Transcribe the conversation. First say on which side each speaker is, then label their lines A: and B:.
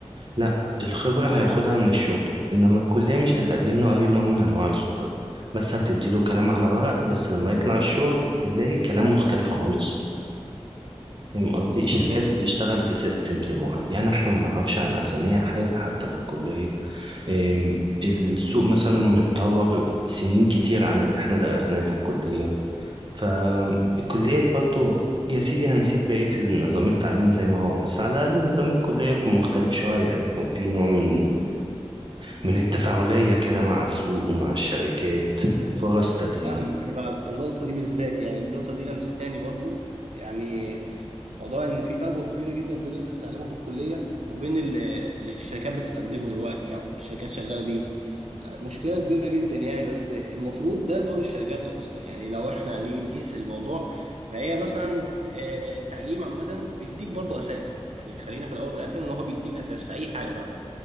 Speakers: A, on the right; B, on the right.
A: لا الخبرة هياخدها من الشغل إنما الكلية مش هتقدم له أي نوع من أنواع الخبرة بس هتديله كلام على ورق بس لما يطلع الشغل هيلاقي الكلام مختلف خالص فاهم قصدي الشركات
B: بالظبط
A: بتشتغل بسيستمز معينة احنا ما نعرفش عن أساميها حاجة حتى في الكلية إيه، السوق مثلا متطور سنين كتير عن اللي احنا درسناه في الكلية فالكليات برضو يا سيدي هنسيب بقية النظام التعليمي زي ما هو بس على الأقل نظام الكلية يكون مختلف شوية يكون في نوع من من التفاعلية كده مع السوق ومع الشركات فرص تدريب
B: فاهمك انا بقى في النقطه دي بالذات يعني النقطه دي لمساني برضو يعني موضوع ان في فجوه كبيره جدا بين اللي انت بتتعلمه في الكليه وبين اللي اللي الشركات بتستخدمه دلوقتي او الشركات شغاله بيه مشكله كبيره جدا يعني بس المفروض ده دور الشركات اصلا يعني لو احنا هنيجي نقيس الموضوع فهي مثلا آه، التعليم عامه بيديك برضو اساس يعني خلينا في الاول وفي الاخر ان هو بيديك اساس في اي حاجه بقى